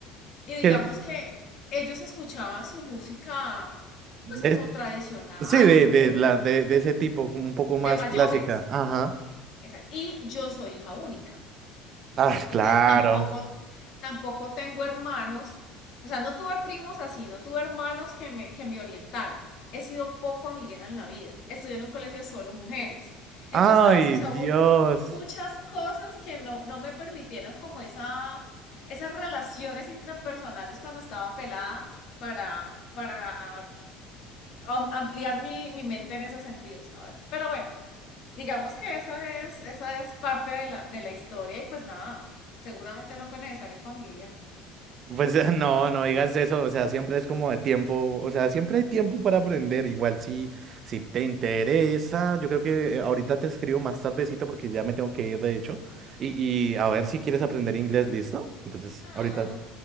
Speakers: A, on the left; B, on the right.
A: Y digamos
B: que... el-
A: que ellos escuchaban su música,
B: ¿Ves?
A: pues como tradicional,
B: Sí, de,
A: como
B: de,
A: de,
B: la, de, de ese tipo, como un poco más
A: de mayores.
B: clásica. Ajá.
A: Esa- Y yo soy hija única.
B: Ah, claro.
A: Entonces tampoco, tampoco tengo hermanos, o sea, no tuve primos así, no tuve hermanos que me, que me orientaran. He sido poco amiguera en la vida. Estudié en un colegio de solo mujeres. Entonces,
B: Ay,
A: ¿sabes? O sea,
B: Dios.
A: hubo muchas cosas que no, no me permitieron como esa, esas relaciones intrapersonales cuando estaba pelada para, para am- ampliar mi, mi mente en ese sentido, ¿sabes? Pero bueno, Digamos que eso es, esa es parte de la, de la historia y pues nada, seguramente no fue necesario para mi vida.
B: Pues <laughs> eh, no, no digas eso. O sea, siempre es como de tiempo. O sea, siempre hay tiempo para aprender. Igual si, si te interesa. Yo creo que eh, ahorita te escribo más tardecito porque ya me tengo que ir, de hecho. Y, y a ver si quieres aprender inglés, ¿listo? Entonces,
A: Ah,
B: ahorita,